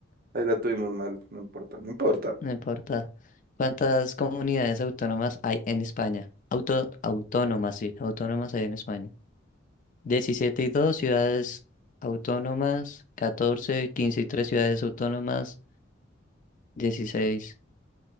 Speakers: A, on the right; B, on the left.
A: Ahí la tuvimos mal, no importa, no importa.
B: no importa. ¿Cuántas comunidades autónomas hay en España? Auto, autónomas, sí, autónomas hay en España. diecisiete y 2 ciudades autónomas, 14 15 y 3 ciudades autónomas, dieciséis